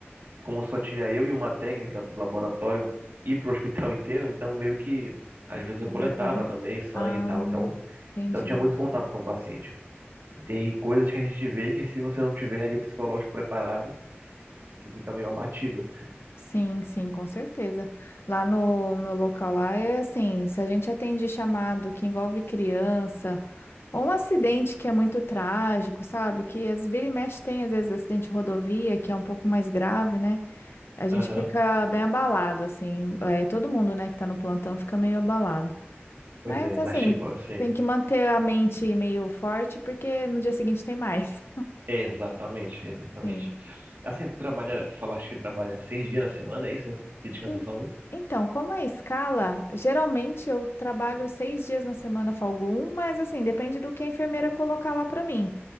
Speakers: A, on the right; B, on the left.
A: como só tinha eu e uma técnica para o laboratório e para o hospital <laughs> inteiro, então meio que às vezes eu
B: sobrecorrer.
A: coletava também sangue
B: Ah,
A: e tal. Então,
B: entendi.
A: então tinha muito contato com o paciente. E tem coisas que a gente vê que se você não tiver ali o psicológico preparado, você fica meio abatido.
B: Sim, sim, com certeza. Lá no meu local lá é assim, se a gente atende chamado que envolve criança ou um acidente que é muito trágico, sabe? Que às vira e mexe tem às vezes acidente de rodovia que é um pouco mais grave, né? A gente
A: Aham.
B: fica bem abalado assim, é, todo mundo, né, que tá no plantão fica meio abalado.
A: Pois
B: Mas
A: é,
B: assim,
A: mas tipo assim,
B: tem que manter a mente meio forte porque no dia seguinte tem mais.
A: é exatamente, exatamente.
B: Sim.
A: Assim, tu trabalha, tu falaste que trabalha seis dias na semana, é isso? né? E descansa
B: En-
A: só um?
B: Então, como é escala, geralmente eu trabalho seis dias na semana, folgo um, mas assim, depende do que a enfermeira colocar lá para mim.